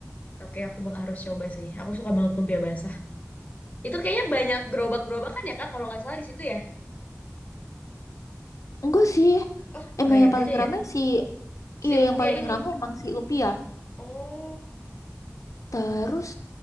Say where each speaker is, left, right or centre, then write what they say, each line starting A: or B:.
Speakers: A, on the left; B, on the left.
A: Oke, aku bak harus coba sih. Aku suka banget lumpia basah. Itu kayaknya banyak gerobak-gerobakan ya, Kak, kalau nggak salah di situ ya.
B: Enggak sih.
A: Oh,
B: Emang
A: nggak ya,
B: yang
A: beda
B: paling ramai
A: ya.
B: sih Iya,
A: Si lumpia
B: yang paling
A: ini.
B: ramai emang si lumpia.
A: Oh,
B: Terus